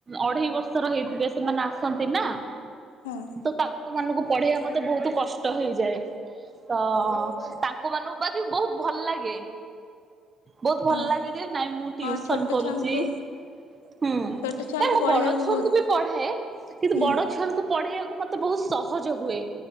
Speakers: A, on the right; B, on the left.
A: ଅଢେଇ ବର୍ଷର ହେଇଥିବେ, ସେମାନେ ଆସନ୍ତି ନା
B: ହଁ
A: ତ ତାଙ୍କ ମାନଙ୍କୁ- ପଢେଇବା ମତେ ବହୁତ କଷ୍ଟ ହେଇଯାଏ। ତ ତାଙ୍କ ମାନଙ୍କୁ ବା ବହୁତ ଭଲ ଲାଗେ। ବହୁତ ଭଲ
B: ହଁ।
A: ଲାଗେ ଯେ ନାଇଁ ମୁଁ
B: ହଁ
A: ଟ୍ୟୁସନ
B: ଛୋଟ
A: କରୁଛି।
B: ଛୁଆଙ୍କୁ
A: ହୁଁ
B: ଛୋଟ ଛୁଆଙ୍କୁ
A: ତାଲେ ମୁଁ
B: ପଢେଇବାକୁ
A: ବଡ ଛୁଆଙ୍କୁ
B: ବହୁତ
A: ବି ପଢାଏ କିନ୍ତୁ
B: ହୁଁ।
A: ବଡ ଛୁଆଙ୍କୁ ପଢେ ଆ ମତେ ବହୁତ ସହଜ ହୁଏ